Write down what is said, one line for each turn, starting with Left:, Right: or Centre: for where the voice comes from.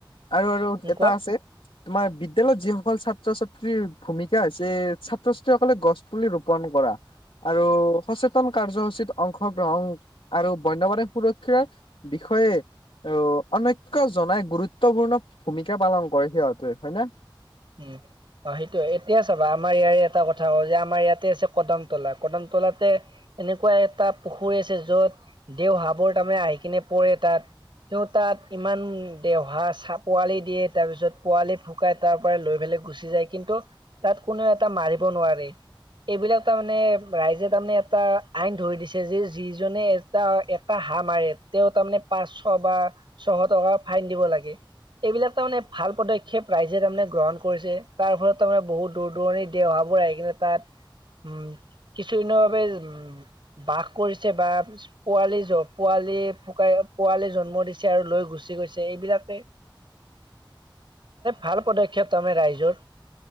Left: আৰু আৰু এটা
Right: কোৱা
Left: আছে তোমাৰ বিদ্যালয়ত যিসকল ছাত্ৰ ছাত্ৰীৰ ভূমিকা হৈছে ছাত্ৰ ছাত্ৰীসকলে গছ পুলি ৰোপন কৰা আৰু সচেতন কাৰ্যসূচীত <unintelligible> অংশগ্ৰহণ আৰু বন্যবাণী সুৰক্ষাৰ বিষয়ে আহ অনৈক্য় জনাই গুৰুত্ব গুৰুত্বপূৰ্ণ ভূমিকা পালন কৰে সিহঁতে হয় ন
Right: উম অ সেইটোয় এতিয়া চাবা আমাৰ ইয়াৰে এটা কথা ক যে আমাৰ ইয়াতে আছে কদমতলা কদমলা তলাতে এনেকুৱা এটা পুখুৰী আছে য'ত দেওহাবোৰ তাৰমানে আহি কিনে পৰে তাত তেওঁ তাত ইমান দেওহা চাহ পোৱালি দিয়ে তাৰপিছত পোৱালি ফুকাই তাৰ <unintelligible> লৈ পেল গুচি যায় কিন্তু তাত কোননে এটা মাৰিব নোৱাৰে এইবিলাক তাৰমানে ৰাইজে তাৰমানে এটা আইন ধৰি দিছে যে যিজনে এটা এটা হাঁহ মাৰে তেওঁ তাৰমানে পাঁচশ বা ছশ টকা ফাইন দিব লাগে এইবিলাক তাৰ মানে ভাল পদক্ষেপ ৰাইজে তাৰমানে <unintelligible> গ্ৰহণ কৰিছে তাৰ ফলত তাৰমানে বহুত দূৰ দূৰণিৰ দেওহাবোৰ আহি কিনে তাত উম কিছুদিনৰ বাবে উম বাস কৰিছে বা পোৱালি পোৱালি ফুকাই পোৱালি জন্ম দিছে আৰু লৈ গুচি গৈছে এইবিলাকে ভাল পদক্ষেপ <unintelligible> মুখ্য তম ৰাইজৰ